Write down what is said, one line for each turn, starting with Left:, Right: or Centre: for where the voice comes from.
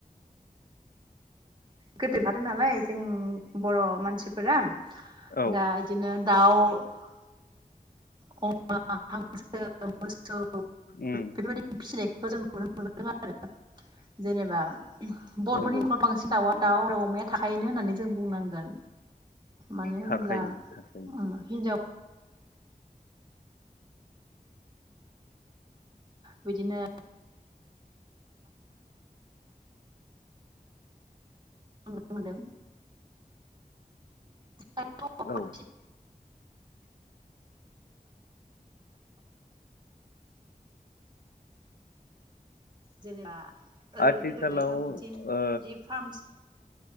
Right: गोदोफादों <unintelligible> नालाय जों बर' मानसिफोरा
Left: औ
Right: दा बिदिनो दाउ <unintelligible> <unintelligible> स' बेफोरबायदिसनाय
Left: उम
Right: <unintelligible> खौ जों नुनो मोनदों आरो जेनेबा बर'फोरनि
Left: नंगौ
Right: नख'राव बांसिन दाउआ दाउ आरो अमाया थाखायोनो होननानै जों बुंनांगोन मानो होनब्ला
Left: थाखायो थाखायो
Right: हिनजाव बिदिनो नुनो मोनदों <unintelligible> <unintelligible>
Left: औ
Right: जेनेबा ओरैनो
Left: आथिखालाव
Right: गोदोहायथ' बिदि
Left: ओ
Right: बि फार्म <unintelligible>